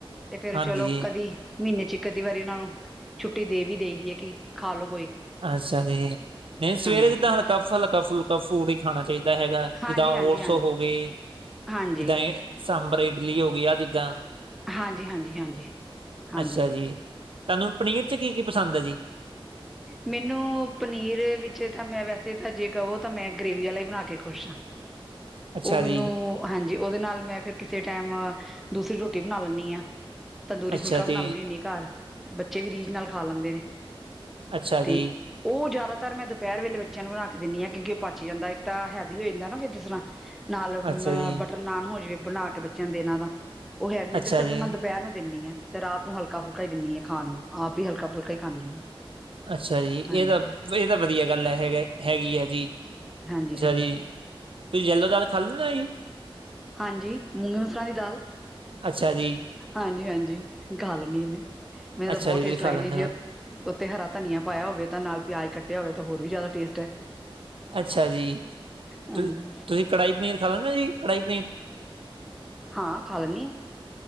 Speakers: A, in the centre; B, on the right.
A: ਤੇ ਫੇਰ
B: ਹਾਂਜੀ
A: ਚਲੋ ਕਦੀ ਮਹੀਨੇ 'ਚ ਇੱਕ ਅੱਧੀ ਵਾਰੀ ਉਹਨਾਂ ਨੂੰ, ਛੁੱਟੀ ਦੇ ਵੀ ਦੇਈ ਦੀ ਹੈ ਕਿ ਖਾ ਲਓ
B: ਅੱਛਾ ਜੀ ਨਹੀਂ ਸਵੇਰੇ
A: ਹਾਂਜੀ,
B: ਜਿੱਦਾਂ ਸਾਨੂੰ ਹਲਕਾ ਫੁਲਕਾ ਫੂਡ ਹੀ ਖਾਣਾ ਚਾਹੀਦਾ ਹੈਗਾ,
A: ਹਾਂਜੀ,
B: ਜਿੱਦਾਂ
A: ਹਾਂਜੀ,
B: ਓਟਸ
A: ਹਾਂਜੀ।
B: ਹੋ ਗਏ
A: ਹਾਂਜੀ,
B: ਜਿੱਦਾਂ ਇਹ ਸਾਂਬਰ ਇਡਲੀ ਹੋ ਗਈ, ਆਹ ਚੀਜ਼ਾਂ।
A: ਹਾਂਜੀ-ਹਾਂਜੀ-ਹਾਂਜੀ-ਹਾਂਜੀ।
B: ਅੱਛਾ ਜੀ ਤੁਹਾਨੂੰ ਪਨੀਰ ਚ' ਕੀ- ਕੀ ਪਸੰਦ ਹੈ ਜੀ?
A: ਮੈਨੂੰ ਪਨੀਰ ਵਿੱਚ ਤਾਂ, ਮੈਂ ਵੈਸੇ ਤਾਂ ਜੇ ਕਵੋ ਤਾਂ ਮੈਂ ਗ੍ਰੇਵੀ ਵਾਲਾ ਹੀ ਬਣਾ ਕੇ ਖੁਸ਼ ਆ।
B: <inaudible>
A: ਉਹ ਮੈਨੂੰ,
B: ਜੀ
A: ਹਾਂਜੀ ਉਹਦੇ ਨਾਲ ਮੈਂ ਫੇਰ ਕਿਸੇ ਟਾਈਮ ਦੂਸਰੀ ਰੋਟੀ ਬਣਾ ਲੈਂਦੀ ਆ ਤੰਦੂਰੀ
B: ਅੱਛਾ
A: ਫੁਲਕਾ ਬਣਾ
B: ਜੀ
A: ਲੈਂਣੀ ਹੁਣੀ ਆਂ ਘਰ, ਬੱਚੇ ਵੀ ਰੀਝ ਨਾਲ ਖਾ ਲੈਂਦੇ ਨੇ,
B: ਅੱਛਾ ਜੀ
A: ਤੇ ਉਹ ਜ਼ਿਆਦਾਤਰ ਮੈਂ ਦੁਪਹਿਰ ਵੇਲੇ ਬੱਚਿਆਂ ਨੂੰ ਬਣਾ ਕੇ ਦਿੰਦੀ ਹਾਂ ਕਿਉਂਕਿ ਉਹ ਪਚ ਜਾਂਦਾ ਇੱਕ ਤਾਂ ਹੈਵੀ ਹੋ ਜਾਂਦਾ ਨਾ ਫਿਰ ਜਿਸਰ ਨਾਲ ਅ
B: ਅੱਛਾ ਜੀ
A: ਬਟਰ ਨਾਨ ਹੋ ਜਾਵੇ, ਬਣਾ ਕੇ ਬੱਚਿਆਂ ਦੇਣਾ ਦਾ। ਉਹ ਹੈਵੀ ਹੁੰਦੀ
B: ਅੱਛਾ
A: ਐ, ਇਸ ਕਰਕੇ
B: ਜੀ
A: ਉਹਨਾਂ ਨੂੰ ਦੁਪਹਿਰ ਨੂੰ ਦਿੰਨੀ ਆ। ਤੇ ਰਾਤ ਨੂੰ ਹਲਕਾ ਫੁਲਕਾ ਹੀ ਦਿੰਦੀ ਆ ਖਾਣ ਨੂੰ, ਆਪ ਵੀ ਹਲਕਾ ਫੁਲਕਾ ਹੀ ਖਾਂਦੀ ਹਾਂ
B: ਅੱਛਾ ਜੀ,
A: ਹਾਂਜੀ
B: ਇਹ ਤਾਂ-ਇਹ ਤਾਂ ਵਧੀਆ ਗੱਲ ਹੈ ਹੈਗਾ ਹੈਗੀ ਐ ਜੀ।
A: ਹਾਂਜੀ-ਹਾਂਜੀ।
B: ਅੱਛਾ ਜੀ ਤੁਸੀਂ ਯੈੱਲੋ ਦਾਲ ਖਾ ਲੈਂਦੇ ਹੋ ਜੀ?
A: ਹਾਂਜੀ, ਮੂੰਗੀ ਮਸਰਾਂ ਦੀ ਦਾਲ
B: ਅੱਛਾ ਜੀ
A: ਹਾਂਜੀ ਹਾਂਜੀ ਖਾ ਲੈਂਦੀ ਆ ਮੈਂ ਮੈਨੂੰ
B: ਅੱਛਾ
A: ਤਾਂ ਬਹੁਤ
B: ਜੀ
A: ਟੇਸਟ
B: ਤੁਸੀਂ ਖਾ
A: ਲੱਗਦੀ
B: ਲੈਂਦੇ
A: ਆ ਜੀ
B: ਹੋ
A: ਉੱਤੇ ਹਰਾ ਧਨੀਆ ਪਾਇਆ ਹੋਵੇ, ਤਾਂ ਨਾਲ ਪਿਆਜ ਕੱਟਿਆ ਹੋਵੇ, ਤਾਂ ਹੋਰ ਵੀ ਜ਼ਿਆਦਾ ਟੇਸਟ ਐ।
B: ਅੱਛਾ ਜੀ
A: ਹਾਂਜੀ,
B: ਤੁਸੀਂ ਕੜਾਹੀ ਪਨੀਰ ਖਾ ਲੈਂਦੇ ਹੋ ਜੀ ਕੜਾਹੀ ਪਨੀਰ?
A: ਹਾਂ ਖਾ ਲੈਨੀ ਹਾਂ